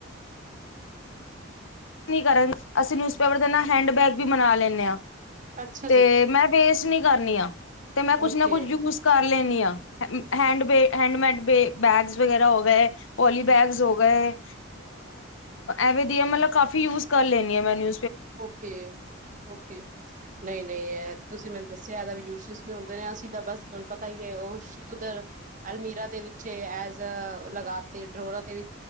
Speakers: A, on the left (about 80°); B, on the right (about 40°).
A: ਨਹੀਂ ਕਰਨ ਅਸੀਂ ਨਿਊਜ਼ਪੇਪਰ ਦੇ ਨਾਲ ਹੈਂਡਬੈਗ ਵੀ ਬਨਾ ਲੈਣੇ
B: ਅੱਛਾ
A: ਤੇ
B: ਜੀ
A: ਮੈਂ ਵੇਸ ਨੀਂ ਕਰਨੀ ਆ ਤੇ ਮੈਂ ਕੁੱਛ
B: ਓਕੇ
A: ਨਾ ਕੁਝ, ਯੂਜ ਕਰ ਲੈਣੀ ਹੈਂਡਮੈ ਹੈਂਡਮੈਟਸ ਬੈਗਸ ਵਗੈਰਾ ਹੋ ਗਏ ਪੋਲੀ ਬੈਗਸ ਹੋ ਗਏ ਐਵੇ ਦੀਆ ਮਤਲਬ ਕਾਫੀ ਯੂਜ ਕਰ ਲੇਨੀ ਆਂ ਮੈਨੂੰ
B: ੳਕੇ, ੳਕੇ, ਨਹੀਂ-ਨਹੀਂ ਏ ਤੁਸੀਂ ਮੈਨੂੰ ਦੱਸਿਆ ਇਹਦਾ ਯੂਜ ਤੁਸੀਂ ਆਉਂਦੇ ਆਂ ਅਸੀਂ ਤਾਂ ਬਸ, ਤੁਹਾਨੂੰ ਪਤਾ ਹੀ ਹੈ, ਉਹ ਉਧਰ ਅਲਮੀਰਾ ਦੇ ਵਿੱ ਚ ਐਜ ਲਗਾ ਤੇ ਡਰੋਰਾਂ ਤੇ ਵੀ